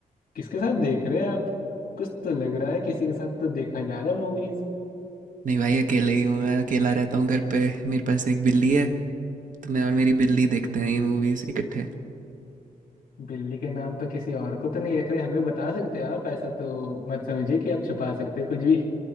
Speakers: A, on the left; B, on the right.
A: किसके साथ देख रहे हैं आप कुछ तो लग रहा है किसी के साथ तो देखा जा रहा है मूवीज
B: नहीं भाई अकेले ही हूँ मैं अकेला रहता हूँ घर पे मेरे पास एक बिल्ली है तो मैं और मेरी बिल्ली देखते हैं ये मूवीज इकट्ठे
A: बिल्ली के नाम पे किसी और को तो नहीं रख रहे हमें बता सकते हैं आप ऐसा तो मत समझिए कि आप छुपा सकते हैं कुछ भी